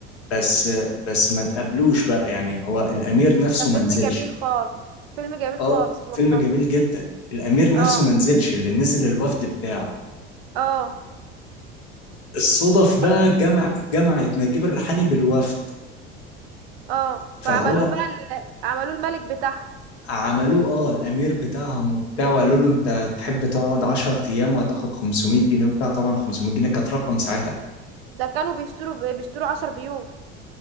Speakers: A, on the left (about 65°); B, on the right (about 60°).
A: بس بس ما تقابلوش بقى يعني هو الأمير نفسه
B: ففيلم
A: ما نزلش
B: جميل خالص فيلم جميل
A: اه
B: خالص والله
A: فيلم جميل جدا الأمير
B: اه
A: نفسه ما نزلش اللي نزل الوفد بتاعه
B: اه
A: الصدف
B: وب-
A: بقى جمع جمعت نجيب الريحاني بالوفد
B: اه
A: فهو
B: فعملوه بقى ال... عملوه الملك بتاعهم
A: عملوه اه الأمير بتاعهم وبتاع وقالوا له أنت تحب تقعد 10 أيام وهتاخد 500 جنيه وبتاع طبعا 500 جنيه كانت رقم ساعتها
B: ده كانوا بيشتروا بيشتروا عشر بيوت